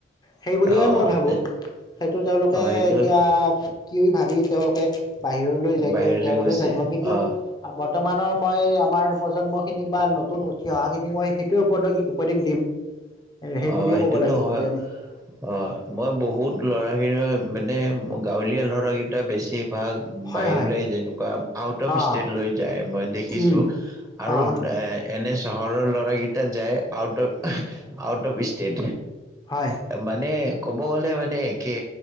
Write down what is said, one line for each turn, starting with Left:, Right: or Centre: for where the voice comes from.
Left: সেই বুলিয়ে
Centre: আহ আহ
Left: মই ভাবোঁ সেইটো তেওঁলোকে
Centre: সেইটো
Left: এতিয়া। কি ভাবি তেওঁলোকে বাহিৰলৈ যাইতে
Centre: বাহিৰলৈ
Left: তেওঁলোকে
Centre: গৈছে
Left: জানিব কিন্তু
Centre: আহ
Left: বৰ্তমানৰ মই আমাৰ প্ৰজন্ম খিনি বা নতুন উঠি অহা খিনিক মই সেইটোোৱে উপদেশ দিম সেই
Centre: অ
Left: বুলিয়ে
Centre: সেইটোতো
Left: ক'ব লাগিব
Centre: হয়
Left: যে
Centre: অ মই বহুত লৰা মানে গাঁৱলীয়া লৰাকেইটা বেছি বা
Left: হয়
Centre: বাহিৰলৈ
Left: হয়
Centre: যেনেকুৱা আউট অফ
Left: অ
Centre: ষ্টেট লৈ যায় মই দেখিছো
Left: উম
Centre: আৰু
Left: অ
Centre: এ এন এছ চহৰৰ ল'ৰাকেইটা যায় out of out of state
Left: হয়
Centre: মানে ক'ব গ'লে মানে একে